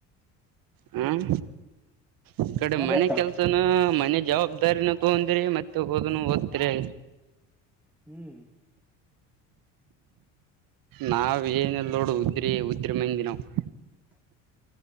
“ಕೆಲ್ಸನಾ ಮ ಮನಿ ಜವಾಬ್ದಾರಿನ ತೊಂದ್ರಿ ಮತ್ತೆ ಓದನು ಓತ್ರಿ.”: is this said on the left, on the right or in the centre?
Right